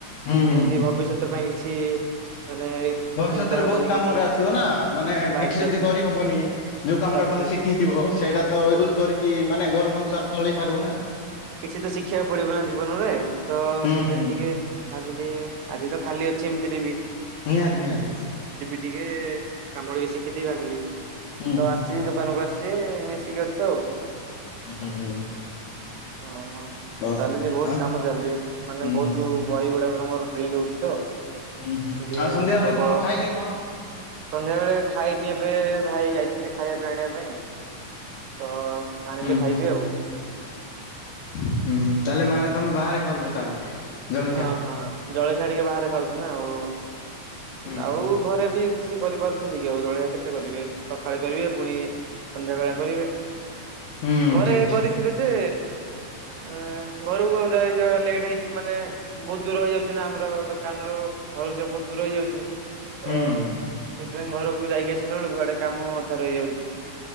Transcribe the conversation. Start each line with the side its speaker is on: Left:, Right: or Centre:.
Left: ହୁଁ ହୁଁ
Right: ଯେମିତି
Left: ହୁଁ
Right: ଭବିଷ୍ୟତି ପାଇଁ କିଛି ମାନେ
Left: ଭବିଷ୍ୟତରେ
Right: ଚିନ୍ତା ହବନି
Left: ବହୁତ କାମରେ
Right: କିଛି ନାହିଁ
Left: ଆସିବ ନା ମାନେ
Right: ବାସ୍
Left: କିଛି
Right: ବାସ୍
Left: ଯଦି କରିହବନି ଯୋଉ କାମଟା
Right: ବାସ୍
Left: ତମେ
Right: ବାସ୍
Left: ଶିଖିଥିବ କ୍ଲୋ ସେଇଟା ତ ୟୁଜ୍ କରିକି ମାନେ ଘର ସଂସାର ଚଲେଇ ପାରିବ ନା
Right: କିଛି ତ ଶିଖିବାକୁ ପଡିବ ନା ଜୀବନରେ ତ
Left: ହୁଁ
Right: ସେଥିପାଇଁ
Left: ହୁଁ
Right: ଟିକେ ଭାବିଲି ଆଜି ତ ଖାଲି ଅଛି ସେମିତିରେ ବିଇ
Left: ନିହାତି ନିହାତି
Right: ଟିକେ କାମ ଟିକେ ଶିଖିଦବି ଭାଗିଲି
Left: ହୁଁ
Right: ତ
Left: ହୁଁ
Right: ଆସିଚ ଦୋକାନକୁ ଆସି ଜେ ମିଶିକି ଅଛ ଆଉ
Left: ଭଲ ଭଲ
Right: ହଁ ହଁ
Left: ବହୁତ
Right: ଚାଲିଛି
Left: ଭଲ
Right: ବହୁତ
Left: ଆଉ
Right: କାମ ଚାଲିଛି ମାନେ
Left: ହୁଁ
Right: ବହୁତ
Left: ହୁଁ
Right: ବହି ଗୁଡାକ ଆମର ପ୍ରିଣ୍ଟ ହଉଛି ତ
Left: ହୁଁ ହୁଁ
Right: ଟିକେ
Left: ଆଉ ସନ୍ଧ୍ୟା
Right: ପ୍ରବଳ
Left: ବେଳେ କଣ ଖାଇଲେ କଣ?
Right: ସନ୍ଧ୍ୟାବେଳେ ଖାଇନି ଏବେ ଭାଇ ଯାଇଛନ୍ତି ଖାଇବା ପାଇଁ ଆଣିବା ପାଇଁ ତ ଆଣିଲେ
Left: ହୁଁ
Right: ଖାଇବି
Left: ହୁଁ
Right: ଆଉ।
Left: ହୁଁ - ହୁଁ ତାହେଲେ ମାନେ ତମେ ବାହାରେ ଖାଉଛ ତାହେଲେ। ଜଳଖିଆ।
Right: ହଁ- ହଁ ଜଳଖିଆ ଟିକେ ବାହାରେ ଖାଉଛୁ ନା ଆଉ।
Left: ହୁଁ
Right: ଆଉ
Left: ହୁଁ
Right: ଘରେ ବି <unintelligible> କରିପାରୁ ଅଛନ୍ତି କି ଆଉ ଜଳଖିଆ କେତେ କରିବେ? ସଖାଳେ କରିବେ ପୁଣି ସନ୍ଧ୍ୟାବେଳେ କରିବେ।
Left: ହୁଁ
Right: ଘରେ
Left: ଠିକ ଠିକ
Right: କରିଥିବେ ଯେ ଆ ଘରକୁ ଆଉ ଯାଉ ଯାଉ ଲେଟ୍ ହେଇଛି ମାନେ ବହୁତ ଦୂର ହେଇଯାଉଛି ନା ଆମର ଦୋକାନରୁ ଘରକୁ ଯିବାକୁ ବହୁତ ଦୂର ହେଇଯାଉଛି। ତ
Left: ହୁଁ ହୁଁ
Right: ସେଥିପାଇଁ ଘରକୁ ଯାଇକି ଆସିଲା ବେଳକୁ ଆଡେ କାମ ଅଧା ରହିଯାଉଛି।